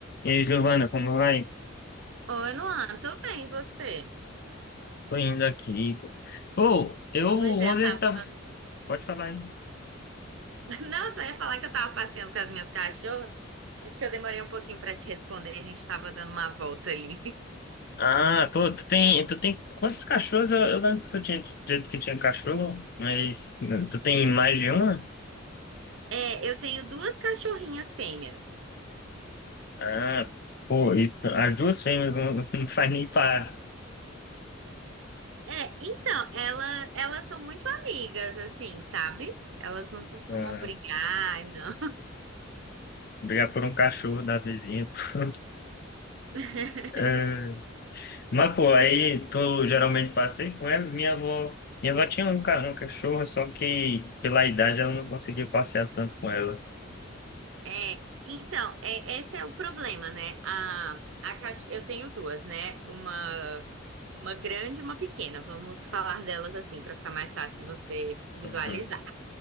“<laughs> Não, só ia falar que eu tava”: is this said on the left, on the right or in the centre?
Right